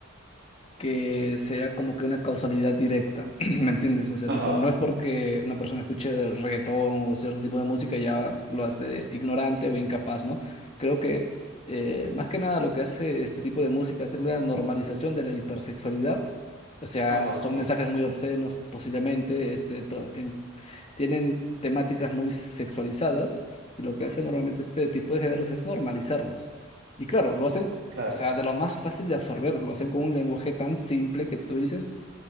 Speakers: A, on the left; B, on the right.
A: que sea como que una causalidad directa, <clears throat> ¿me entiendes? O sea,
B: Ajá,
A: tipo, no es porque una persona escuche reggaetón o cierto tipo de música ya lo hace ignorante o incapaz, ¿no? Creo que eh, más que nada lo que hace este tipo de música es la normalización de la hipersexualidad. O sea,
B: ajá,
A: son
B: sí,
A: mensajes muy obscenos posiblemente, este, to- en- tienen temáticas muy sexualizadas y lo que hace normalmente este tipo de géneros es normalizarlos. Y claro, lo hacen
B: claro.
A: o sea, de lo más fácil de absorber, lo hacen con un lenguaje tan simple que tú dices,